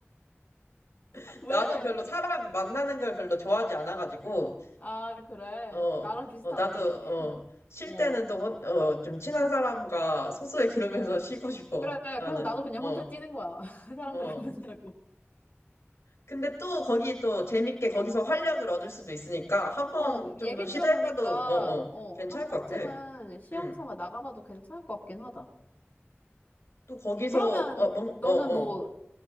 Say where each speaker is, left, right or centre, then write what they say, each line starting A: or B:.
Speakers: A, on the left (about 80°); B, on the left (about 35°).
A: <laughs>
B: 왜?
A: 나도 별로 사람 만나는 걸 별로 좋아하지 않아가지고,
B: 아, 그래.
A: 어,
B: 나랑 비슷하네.
A: 어, 나도, 어, 쉴
B: 어,
A: 때는 또, 혼- 어, 좀 친한 사람과 소소의 그룹에서
B: 어.
A: <laughs> 쉬고 싶어.
B: 그래.
A: 나는,
B: 그래서 나도 그냥
A: 어,
B: 혼자 뛰는 거야. <laughs> 사람들
A: 어.
B: 안 만나고.
A: 근데 또 거기 또 재밌게 거기서 활력을 얻을 수도 있으니까 한 번
B: 어,
A: 정도
B: 얘기
A: 시도해봐도,
B: 들어보니까,
A: 어, 어,
B: 어,
A: 괜찮을
B: 한 번쯤은
A: 것 같아.
B: 시험
A: 응.
B: 삼아 나가봐도 괜찮을 것 같긴 하다.
A: 또 거기서,
B: 그러면
A: 어, 뭔,
B: 너는
A: 어, 어.
B: 뭐,